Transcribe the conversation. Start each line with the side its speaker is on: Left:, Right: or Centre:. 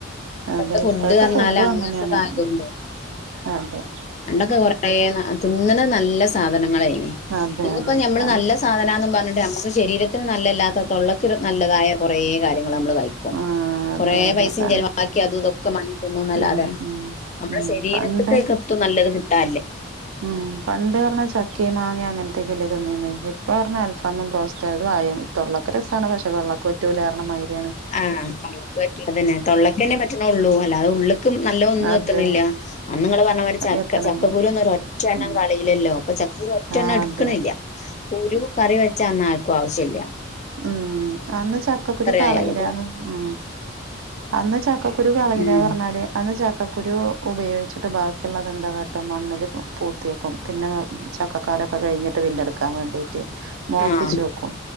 Left: ഇപ്പത്തെ
Right: അതെ
Left: ഫുഡ്
Right: ഇപ്പോഴത്തെ
Left: പറഞ്ഞാല്
Right: ഫുഡും
Left: അങ്ങനത്തൊക്കെ
Right: അങ്ങനെയാണ്
Left: ആയതൊണ്ട്
Right: ഉം അതെ
Left: പണ്ടൊക്കെ കൊറേ ന തിന്ന് ണ നല്ല സാധനങ്ങളേനി
Right: അതെ
Left: ഇന്ന്പ്പോ
Right: അതെ
Left: ഞമ്മള്
Right: കൺ
Left: നല്ല സാധന ന്നുംപറഞ്ഞിട്ട് നമുക്ക് ശരീരത്തിന് നല്ലല്ലാത്ത തൊള്ളക്ക് നല്ലതായ കുറേ കാര്യ- - ങ്ങള് നമ്മള് കഴിക്കും
Right: ആഹ് അതെ
Left: കൊറേ
Right: അതെ
Left: പൈസിം
Right: കൺ
Left: ചെലവാക്കി അതും ഇതൊക്കെ വാങ്ങി തിന്നുംന്നല്ലാതെ
Right: ഉം ഉം
Left: നമ്മളെ
Right: ഉം
Left: ശരീരത്ത്ക്ക്
Right: പണ്ട്
Left: അയ്ക്കെത്തും നല്ലത് കിട്ടാല്യ
Right: ഉം പണ്ട് പർഞ്ഞാ ചക്കിം മാങ്ങിം അങ്ങനത്തൊക്കെല്ലേ തിന്നീന്ന് ഇപ്പ പറഞ്ഞ അൽഫാമും ബ്രോസ്റ്റ് അ <unintelligible> തൊള്ളക്ക് രസാണ് പക്ഷെ പള്ളക്ക് പറ്റൂല്ലാർഞ്ഞമായിരിയാണ്
Left: ആഹ് പള്ളക്ക് പറ്റി അതന്നെ തൊള്ളക്കന്നെ പ റ്റ്ണൊള്ളൂ അല്ലാതെ ഉള്ള്ക്ക് നല്ല ഒന്നും
Right: അതെ
Left: എത്ത്ണില്ല അന്ന് നിങ്ങള് പറഞ്ഞ മാതിരി ചക്ക
Right: എത്തണല്ലേ
Left: ചക്കകുരൊന്നും ഒരൊറ്റ ണ്ണം
Right: ഉം
Left: കളീലല്ലോ ഇപ്പൊ ചക്കക്കുരു ഒറ്റ
Right: ആഹ്
Left: എണ്ണം എടുക്കണില്ല
Right: അതെ
Left: കുരു കറി വെച്ചാന്നാ ആർക്കും ആവശ്യം ഇല്ല
Right: ഉം അന്ന് ചക്കക്കുരു കളയിലാന്ന്
Left: ആയാല്
Right: ഉ അന്ന് ചക്കക്കു രു കളീല
Left: ഉം
Right: പറഞ്ഞാല് അന്ന് ച ക്കക്കുരു ഉപയോഗിച്ചിട്ട് ബാക്കിയുള്ളത് എന്താ കാട്ട മണ്ണിൽ പൂത്യേക്കും പിന്നെ ചക്കക്കാ ലൊക്കെ പിന്നെടുക്കാൻ വേണ്ടിട്ട് മോപ്പിച്ചു
Left: ആഹ്
Right: വെക്കും